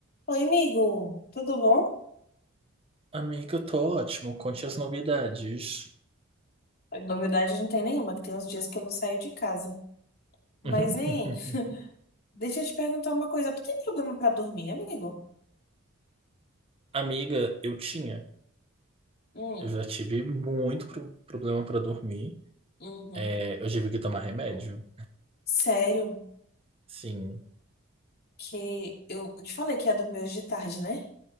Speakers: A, on the left (about 50°); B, on the right (about 25°).
A: Oi, amigo, tudo bom?
B: Amiga, eu tô ótimo. Conte as novidades.
A: Novidade não tem nenhuma, que tem uns dias que eu não saio de casa. Mas,
B: <laughs>
A: hein, deixa eu te perguntar uma coisa. Tu tem problema pra dormir, amigo?
B: Amiga, eu tinha.
A: Hum,
B: Eu já tive muito pro- problema pra dormir.
A: uhum.
B: É, eu tive que tomar remédio.
A: Sério,
B: Sim,
A: que eu te falei que ia dormir hoje de tarde, né?